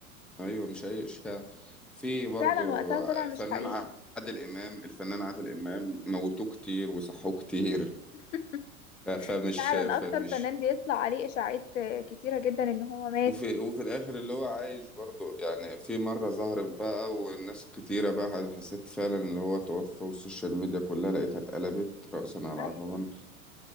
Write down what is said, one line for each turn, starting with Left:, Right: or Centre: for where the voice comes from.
Centre: أيوة مش أي إشاعة في
Left: وفعلا
Centre: برضو
Left: وقتها طلع
Centre: الفنان
Left: مش حقيقي
Centre: عادل إمام الفنان عادل إمام موتوه كتير وصحوه كتير
Left: <laughs>
Centre: ف- فمش
Left: فعلا اكتر
Centre: فمش
Left: فنان بيطلع عليه اشاعات آه، كتيرة جدا ان هو مات
Centre: وفي وفي الآخر اللي هو عايش برضو يعني في مرة ظهرت بقى والناس كتيرة بقى حسيت فعلا اللي هو توفى والسوشيال ميديا كلها لقيتها اتقلبت رأسا على
Left: ايوه
Centre: عقبا